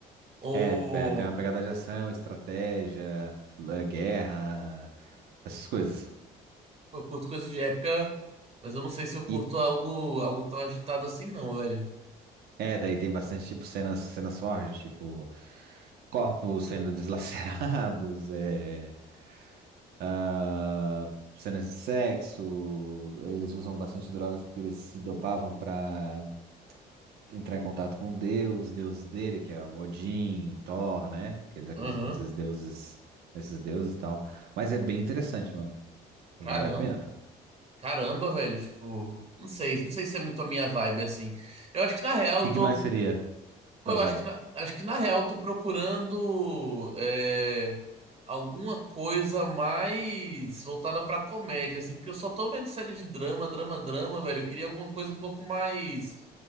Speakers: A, on the right; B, on the right.
A: Ou
B: É, é, tem uma pegada de ação, estratégia, l- eh, guerra, essas coisas.
A: eu curto coisa de época, mas eu não sei se eu curto
B: E
A: algo, algo tão agitado assim, não, velho.
B: É, daí tem bastante, tipo, cenas, cenas fortes, tipo, corpos sendo <laughs> deslacerados, é, ah, cenas de sexo, eles usam bastante drogas porque eles se dopavam pra entrar em contato com Deus, Deus dele, que é o Odin e Thor, né? Que eles acreditam
A: Aham.
B: nesses deuses, nesses deuses e tal. Mas é bem interessante, mano. Vale
A: Caramba,
B: a pena, tá?
A: caramba, velho, tipo, não sei, não sei se é muito a minha vibe assim. Eu acho que na real
B: O que
A: eu tô,
B: que mais seria
A: pô,
B: tua
A: eu
B: vibe?
A: acho que na, acho que na real eu tô procurando é, alguma coisa mais voltada pra comédia assim, porque eu só tô vendo série de drama, drama, drama, velho. Eu queria alguma coisa um pouco mais,